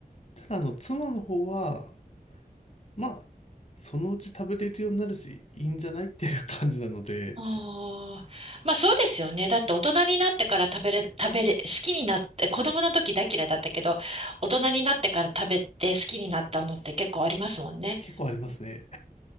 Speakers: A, on the left (about 45°); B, on the right (about 40°).
A: ただあの、妻の方は、まあ、そのうち食べれるようになるし、いいんじゃないっていう感じなので、
B: ああ、まあそうですよね。だって大人になってから食べれ、食べれ、好きになって、子供の時大嫌いだったけど、大人になってから食べて好きになったのって結構ありますもんね。
A: 結構ありますね。